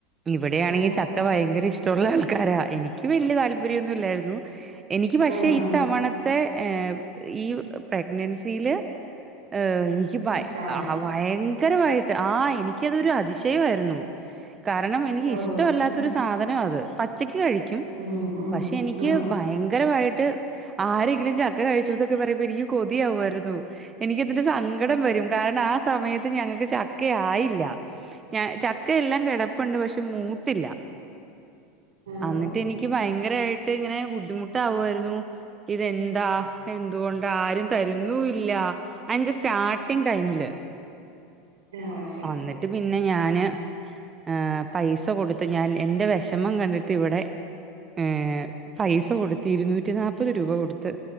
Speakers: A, on the right; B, on the right.
A: ഇവിടെയാണെങ്കിൽ
B: ഓ
A: ചക്ക ഭയ്ങ്കര ഇഷ്ടൊള്ള ആൾക്കാരാ എനിക്ക് വെല്ല്യെ താൽ പര്യൊന്നുല്ലാരുന്നു. എനിക്ക് പക്ഷേ
B: ആ ആ
A: ഇത്തവണ ത്തെ ഏ ഈ പ്രെ മിൻസീൽ ഏ എനിക്ക് ഭയ്
B: ഇഷ്ടാണ്
A: ആ ഭയ ങ്കരുവായിട്ട് ആ എനിക്കതൊരു അതിശയായിരുന്നു കാരണം എനിക്ക്
B: ഓ
A: ഇഷ്ടല്ലാത്തൊരു
B: ശരി
A: സാധനാ അത് പച്ചക്ക് കഴിക്കും
B: ഉം ഉം
A: പക്ഷെ എനിക്ക്
B: ആ
A: ഭയങ്കരായി ട്ട് ആരെങ്കിലും ചക്ക കഴിച്ചൂന്നൊക്കെ പറയുമ്പോ എനിക്കും കൊതിയാവായിര്ന്നു എനിക്കെന്നിട്ട് സങ്കടം വെരും കാരണം ആ സമയ ത്ത് ഞങ്ങക്ക് ചക്കയായില്ല ഞാ ചക്കയെല്ലാം കെടപ്പുണ്ട് പക്ഷെ മൂത്തില്ല
B: അതെ
A: അന്നിട്ടെനിക്ക്
B: അതെ
A: ഭയ ങ്കരായിട്ട് ഇങ്ങനെ ബുദ്ധിമുട്ടാവായിര്ന്നു ഇതെന്താ എന്തുകൊണ്ടാ തരുന്നു ഇല്ല അഞ്ച സ്റ്റാർട്ടിങ് ടൈമില്.
B: ഓ ശരി
A: അന്നിട്ട്
B: ശരി
A: പിന്നെ ഞാന് ഏഹ് പൈസ കൊടുത്ത് ഞാൻ എന്റെ വെഷമം കണ്ടിട്ട് ഇവടെ ഏഹ് പൈസ കൊടുത്ത് ഇരുന്നൂറ്റിനാപ്പത് രൂപ കൊടുത്ത്